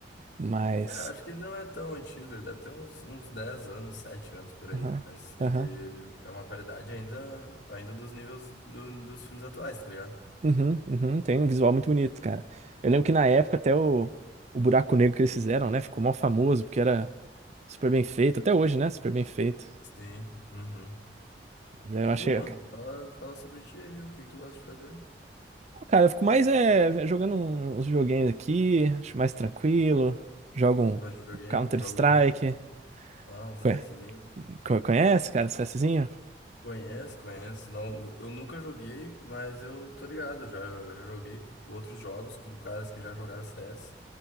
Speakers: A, on the right; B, on the left.
A: Mas.
B: É, acho que ele não é tão antigo, ele deve ter uns, uns 10 anos, 7 anos por aí,
A: Aham.
B: mas ele
A: Aham.
B: é uma qualidade ainda, ainda dos níveis do- dos filmes atuais, tá ligado?
A: Uhum, uhum. Tem um visual muito bonito, cara. Eu lembro que na época até o, o buraco negro que eles fizeram, né? Ficou mó famoso, porque era super bem feito. Até hoje, né? Super bem feito.
B: Sim, uhum.
A: Mas
B: E
A: Eu
B: tu,
A: achei.
B: mano, fala, fala sobre ti aí, o que que tu gosta de fazer?
A: Cara, eu fico mais é, jogando um- uns joguinhos aqui, acho mais tranquilo. Jogo um
B: Gosta de videogame?
A: um Counter-Strike.
B: Joga o quê? Ah, um CSzinho?
A: Conhe- co- Conhece, cara, CSzinho?
B: Conheço, conheço. Não, eu nunca joguei, mas eu tô ligado. Já, eu já joguei outros jogos com caras que já jogaram CS.